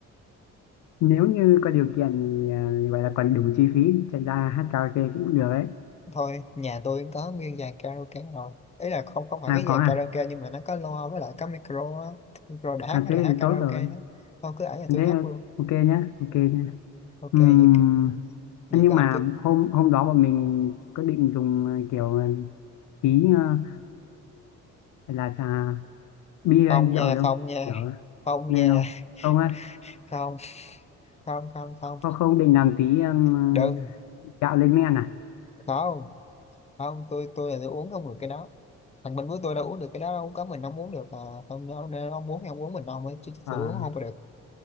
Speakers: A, on the left; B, on the left.
A: nếu như có điều kiện thì à, vậy là còn đủ chi phí chạy ra hát karaoke cũng được đấy
B: thôi nhà tôi có nguyên dàn karaoke rồi ý là không không hẳn
A: à
B: cái
A: có
B: dàn
A: à
B: karaoke nhưng mà nó có loa với lại có micro á micro để hát
A: à thế
B: để hát
A: thì
B: karaoke
A: tốt rồi
B: á thôi cứ ở nhà tôi
A: thế
B: hát
A: ờ,
B: luôn
A: ok nhá ok nhá
B: ok
A: Ừm,
B: vậy cứ vậy
A: nhưng
B: cứ học
A: mà
B: cứ
A: hôm hôm đó bọn mình có định dùng à, kiểu à, tí à, là à, bia
B: phòng
A: hay
B: nhà
A: rượu gì không
B: phòng nhà
A: kiểu
B: phòng
A: nên
B: nhà
A: không không á
B: <laughs> không không không không
A: không không định làm tí um,
B: <laughs> đừng
A: gạo lên men à
B: không không tôi tôi là tôi uống không được cái đó thằng Minh với tôi đâu uống được cái đó đâu có mình không uống được mà không nó- nên ông muốn thì ông uống mình ông ấy chứ
A: ờ
B: tôi uống không có được